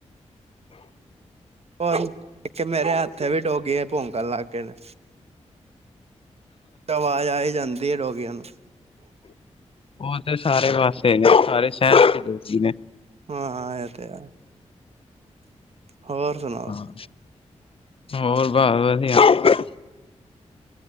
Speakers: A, on the right; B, on the left.
A: ਹੋਰ ਇੱਕ ਮੇਰੇ ਹੱਥੇ ਵੀ ਡੋਗੀ ਏ ਭੋਂਕਣ ਲੱਗ ਗਏ ਨੇ। ਆਵਾਜ਼ ਆਈ ਈ ਜਾਂਦੀ ਏ ਡੋਗੀਆਂ ਨੂੰ।
B: ਉਹ ਤੇ ਸਾਰੇ ਪਾਸੇ ਹੈਗੇ ਏ ਸਾਰੇ ਸ਼ਹਿਰ 'ਚ ਡੋਗੀ ਨੇ।
A: ਹਾਂ ਇਹ ਤੇ ਆ, ਹੋਰ ਸੁਣਾਓ
B: ਹਾਂ, ਹੋਰ ਬਸ ਵਧੀਆ